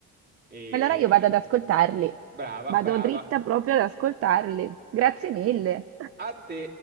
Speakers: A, on the right; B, on the right.
A: E,
B: Allora io vado ad ascoltarli.
A: brava,
B: Vado
A: brava.
B: dritta proprio ad ascoltarli. Grazie mille.
A: A te.